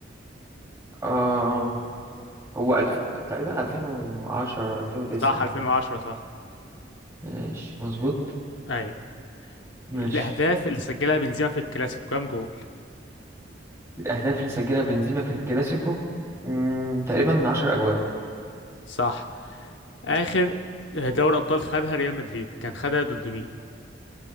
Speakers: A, on the right; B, on the left.
A: آه هو ألف... تقريبا 2010 2009
B: صح 2010 صح
A: ماشي مظبوط
B: أيوة
A: ماشي
B: الأهداف اللي سجلها بنزيما في الكلاسيكو كام جول؟
A: الأهداف اللي سجلها بنزيما في الكلاسيكو مم، تقريبا 10 أجوال
B: صح آخر آه، دوري أبطال خدها ريال مدريد كان خدها ضد مين؟